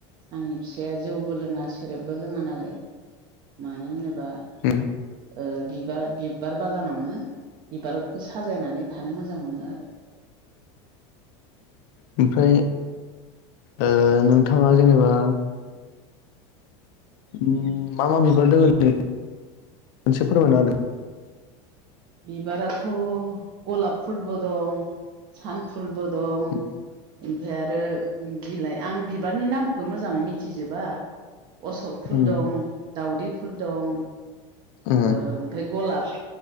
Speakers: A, on the right (about 30°); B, on the left (about 50°).
A: आंनि फिसाया जौबो लोङा सेरेबबो लोङा नालाय मानो होनोबा
B: ओम
A: ओ बिबार बिबार बागानावनो बिबारखौ साजायनानै थानो मोजां मोनो आरो।
B: ओमफ्राय ओ नोंथाङा जेनेबा उम मा मा बिबार दङ <inaudible> फोरमायना होदो।
A: बिबाराथ' गलाब फुलबो दं सान फुलबो दं
B: होदो
A: ओमफ्राय आरो बिलाइ आं बिबारनि नाम खो मोजां मिथिजोबा अशक फुल
B: उम
A: दं, दाउदै फुल दं।
B: उम
A: ओ ओमफाय गलाब